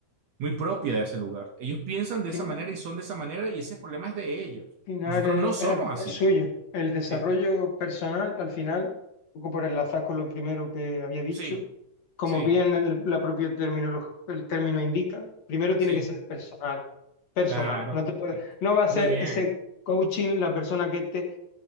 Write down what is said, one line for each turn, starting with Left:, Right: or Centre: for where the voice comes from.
Right: muy propia de ese lugar. Ellos piensan de esa
Left: final,
Right: manera y son de esa manera y ese problema es de ellos.
Left: final
Right: Nosotros
Left: es,
Right: no somos
Left: es-
Right: así.
Left: es suyo. El desarrollo
Right: Eh,
Left: personal, al final, un poco por enlazar con lo primero que había dicho,
Right: sí,
Left: como
Right: sí.
Left: bien el, la propia terminolo- el término indica, primero tiene
Right: Sí,
Left: que ser personal, personal.
Right: Claro,
Left: No te puede-
Right: eh,
Left: no va a
Right: muy
Left: ser
Right: bien,
Left: ese coaching la persona que te,